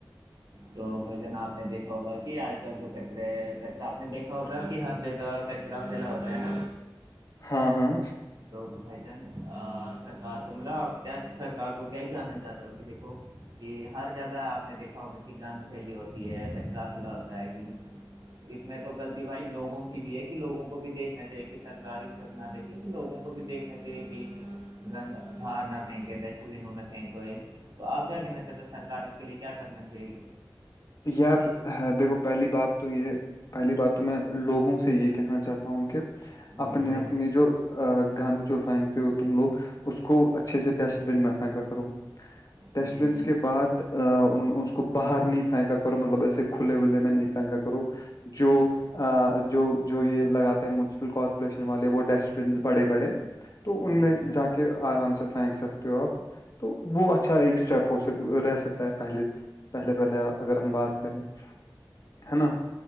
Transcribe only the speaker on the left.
ہاں ہاں
یار دیکھو پہلی بات تو یہ پہلی بات تو میں لوگوں سے یہ کہنا چاہتا ہوں کہ
اپنے
اپنے
جو گند جو پھینکتے ہو تم لوگ اس کو اچھے سے ڈسٹ بن میں پھینکا کرو ڈسٹ
بنس
کے بعد اس کو باہر نہیں پھینکا کرو مطلب ایسے کھلے ولے میں نہیں پھینکا کرو جو
جو جو یہ لگاتے ہے منسپل کارپوریشن والے وہ ڈسٹ بنس بڑے بڑے تو ان
میں
جا کے آرام سے پھینک سکتے ہو آپ تو وہ اچھا ایک اسٹیپ ہوک رہ سکتا ہے پہلے پہلے پہلے اگر ہم بات کریں ہے نا